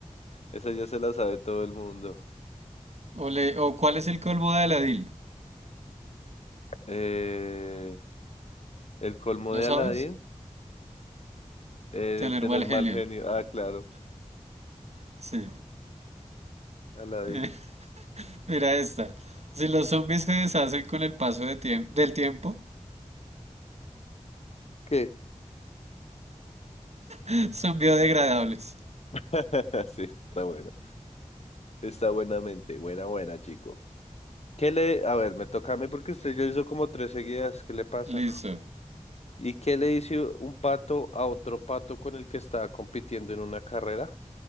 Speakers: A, on the left; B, on the right.
A: Esa ya se la sabe todo el mundo.
B: ¿O, le- o cuál es el colmo de Aladín?
A: Eh, el colmo
B: ¿Lo
A: de
B: sabes?
A: Aladdin, eh,
B: Tener
A: tener
B: mal
A: mal
B: genio.
A: genio. Ah, claro,
B: Sí.
A: Aladdin.
B: Eh, <laughs> Mira esta. Si los zombies se deshacen con el paso de tiemp- del tiempo,
A: ¿Qué?
B: <laughs> son biodegradables.
A: <laughs> Sí, está buena. Está buenamente. Buena, buena, chico. ¿Qué le... A ver, me toca a mí porque usted ya hizo como tres seguidas. ¿Qué le pasa?
B: Listo.
A: ¿Y qué le dice un pato a otro pato con el que estaba compitiendo en una carrera?